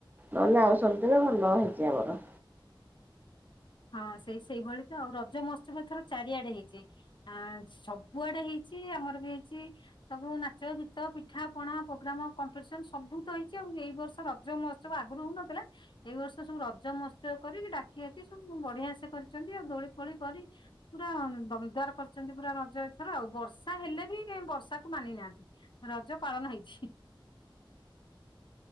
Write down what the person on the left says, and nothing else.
ହଁ ସେଇ ସେଇଭଳି ତ ଆଉ ରଜ ମହତ୍ସବ ଏଥର ଚାରିଆଡେ ହେଇଛି। ଆଁ ସବୁଆଡେ ହେଇଛି ଆମର ବି ହେଇଛି। ସବୁ ନାଚ ଗୀତ ପିଠା ପଣା ପୋଗ୍ରାମ କମ୍ପିଟିସନ ସବୁ ତ ହେଇଛି ଆଉ ଏଇ ବର୍ଷ ରଜ ମହ ସବୁ ଆଗରୁ ହଉନଥିଲା ଏଇ ବର୍ଷ ସବୁ ରଜ ମହୋତ୍ସବ କରିକି ଡାକି ଆକି ଉଁ ବଢିଆ ସେ କରିଛନ୍ତି ଆଉ ଦୋଳି ଫୋଳି କରି ପୁରା ଦମଦାର କରିଛନ୍ତି ପୁରା ରଜର ଏ ଥର ଆଉ ବର୍ଷା ହେଲେ ବି ବର୍ଷାକୁ ମାନି ନାହାନ୍ତି। ରଜ ପାଳନ ହେଇଛି।